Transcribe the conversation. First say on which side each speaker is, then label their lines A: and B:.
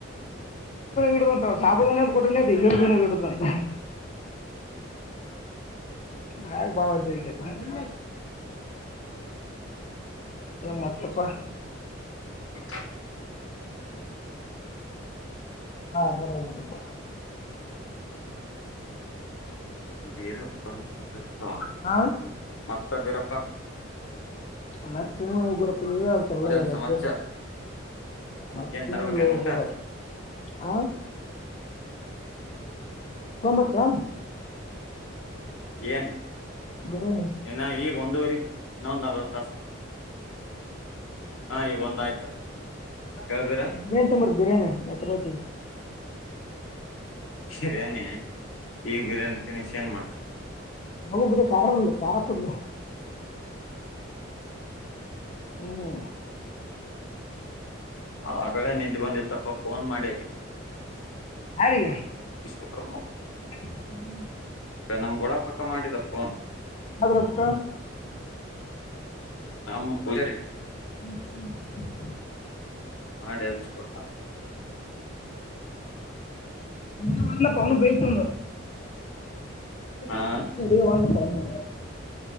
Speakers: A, on the left (about 35°); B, on the left (about 80°).
A: ಇಡಂತ ಸಾಬುದಾನಿ ಕೊಟ್ಟ ಹೇಳಿಡುದಂತ. ನಾಲಿಗೆ ಬಾಲ ಉದ್ದ ಆಗಿಬಿಟ್ಟೆಏನ್. ಮತ್ತಪ್ಪ.
B: ಹ. <inaudible>
A: ಹಾ ಬರಬರಿ ತಪ್ಪ.
B: ಬೇರ. <inaudible> ಹ
A: ಹಾ
B: ಮತ್ತ ಬೀರಪ್ಪ.
A: ಮತ್ತ ಗುಡಪ ನೀ ಅವದಕ್ಕೆಲ್ಲ
B: ಮತ್ತೇನ್
A: ಈಗ
B: ಸಮಾಚಾರ
A: ಅಭ್ಯಾಸ. ಮ
B: ಏನ್ ತರ್ಬೇಕೇನ್
A: ನೀ ಲೋ
B: ಊಟ
A: ಬರ ಹ ತಂಬತ್ತಾ
B: ಏನ್
A: ಬಿರಿಯಾನಿ
B: ಇನ್ನ ಈಗ ಒಂದುವರಿ ಇನ್ನೊಂದ ಅರ್ವ ತಾಸು ಹಾ ಈಗ ಒಂದಾಯ್ತು ಕೇಳ್ಬೀರ
A: ಬಿ ತ್ರ ಬಿರಾನ ನತ್ರತಿ
B: ಸರಿಾನೇ ಈಗ ಬಿರಿಯಾನಿ ತಿನಿಸಿ ಏನ್ ಮಾಡ್ತೇವಿ
A: ನಗು ಬುದ ಕಾರಖಕಡ್ಲ್ಲಿ ಕಾರಖಾಕ್ಕುಡ್ಲ್ಲಿ ಹ್ಞೂ
B: ಆ ಕಡೆ ನಿದ್ದೆ ಬಂದಿ ತಪ್ಪ ಫೋನ್ ಮಾಡಿ
A: ಹಾರಿಗೆ
B: <unintelligible>
A: ಹ್ಮ್
B: ನಮ್ ಗೋಡ ಪಕ್ಕ ಮಾಡಿದಪ್ಪ
A: ಅವ್ರ ಒತ
B: ನ ಪೂಜ ರೀ
A: ಹ್ಮ್
B: ಹ ವಿ ಸ್ಫೋಟ್
A: ಹ ಪ್ಪ ಅವನು ಬೇಯತಂದ
B: ಹಾ
A: ಬ ನಡ ಒಂದ ತನು